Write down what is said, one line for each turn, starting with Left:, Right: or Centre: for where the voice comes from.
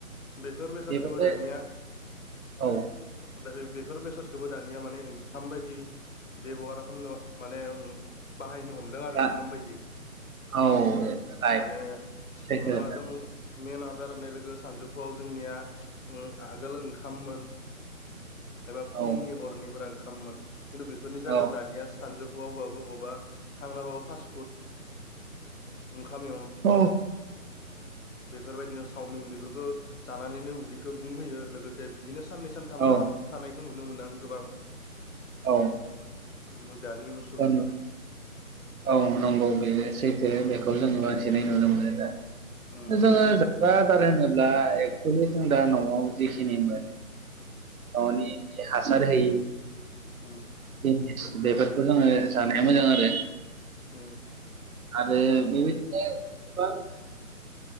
Left: बेफोर बेसादखौबो
Right: बेफोरखौ
Left: दानिया
Right: औ
Left: दा बेफोर बेसादखौबो दानिया माने ओंखाम बायदि बेब'हार खालामनो माने बाहायनो हमला आरो
Right: दा
Left: ओंखाम बायदि
Right: औ राइट
Left: माने
Right: सैथो
Left: हमना
Right: खोथा।
Left: ला जों मेन आदार होननाय लोगो सानजौफुआव जोंनिया आगोल ओंखाममोन एबा फुंनि
Right: औ
Left: हरनिफोरा ओंखाममोन खिन्थु बेफोरनि जायगायाव
Right: औ
Left: दानिया सानजौ बाबो बबावबा थांलाबो फास फु हाम
Right: औ
Left: बेफोरबायदिनो चावमिन बेफोरखौ जानानैनो उदैखौ बुंहोयो लोगोसे बिदिनो साननै सानथाम
Right: औ
Left: गाहाम थानायखौ नुनो मोनो आं गोबां
Right: औ
Left: म जान म
Right: बानो औ नंगौ बे सैथो बेखौ जोङो बांसिनै नुनो मोनो दा
Left: उम उम
Right: जोङो जाग्रा आदार होनोब्ला एक्स जों दा न'आव जेखिनि मोनो न'नि जि हासार होयि
Left: ओम
Right: जिनिस बेफोरखौ जोङो जानाया मोजां आरो
Left: उम
Right: आरो बिनो